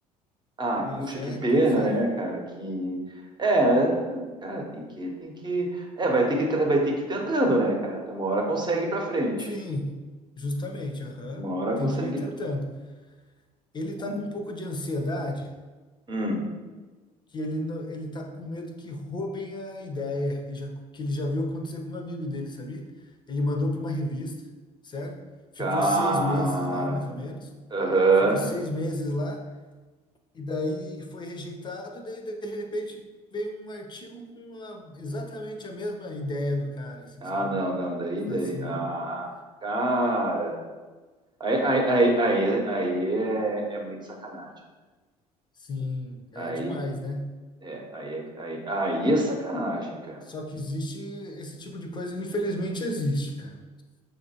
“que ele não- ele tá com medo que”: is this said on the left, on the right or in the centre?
Left